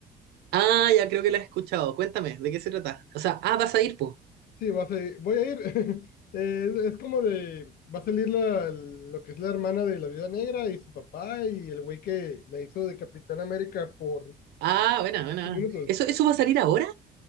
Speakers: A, on the right; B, on the left.
A: Ah, ya creo que la he escuchado. Cuéntame, ¿de qué se trata? O sea, ah, vas a ir, po.
B: Sí, vas a, voy a ir. <laughs> Eh, es, es como de, va a salir la, lo que es la hermana de la Viuda Negra y su papá y el güey que la hizo de Capitán América por
A: Ah, buena, buena.
B: cinco minutos.
A: ¿Eso, eso va a salir ahora?